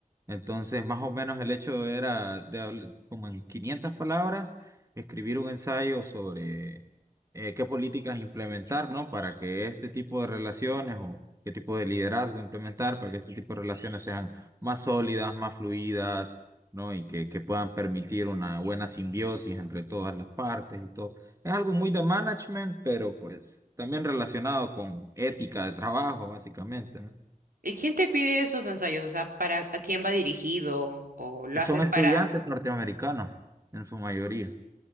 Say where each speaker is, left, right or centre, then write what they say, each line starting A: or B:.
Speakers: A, on the right; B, on the right.
A: Entonces, más o menos el hecho era de habl- como en 500 palabras, escribir un ensayo sobre eh, qué políticas implementar, ¿no? Para que este tipo de relaciones o qué tipo de liderazgo implementar, para que este tipo de relaciones sean más sólidas, más fluidas, ¿no? Y que, que puedan permitir una buena simbiosis entre todas las partes y todo. Es algo muy de management, pero pues también relacionado con ética de trabajo, básicamente, ¿no?
B: ¿Y quién te pide esos ensayos? O sea, ¿para a quién va dirigido? ¿O lo
A: Que
B: haces
A: Son estudiantes
B: para...?
A: norteamericanos en su mayoría.